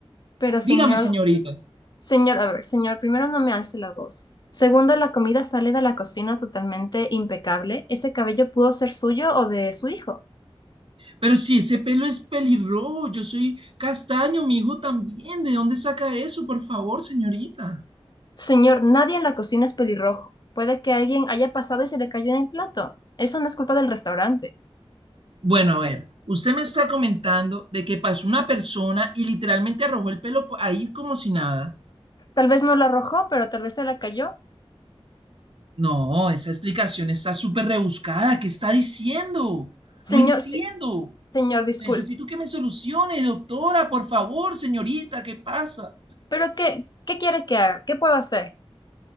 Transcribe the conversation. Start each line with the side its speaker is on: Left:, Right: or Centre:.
Left: pero, señor,
Right: Dígame, señorita.
Left: señor, a ver, señor, primero no me alce la voz. Segundo, la comida sale de la cocina totalmente impecable. Ese cabello pudo ser suyo o de su hijo.
Right: Pero si ese pelo es pelirrojo, yo soy castaño, mi hijo también. ¿De dónde saca eso, por favor, señorita?
Left: Señor, nadie en la cocina es pelirrojo. Puede que alguien haya pasado y se le cayó en el plato. Eso no es culpa del restaurante.
Right: Bueno, a ver, usted me está comentando de que pasó una persona y literalmente arrojó el pelo po- ahí como si nada.
Left: Tal vez no lo arrojó, pero tal vez se le cayó.
Right: No, esa explicación está súper rebuscada. ¿Qué está diciendo? No
Left: Señor,
Right: entiendo.
Left: se- señor, disculpe.
Right: Necesito que me solucione, doctora, por favor, señorita, ¿qué pasa?
Left: ¿Pero qué, qué quiere que haga? ¿Qué puedo hacer?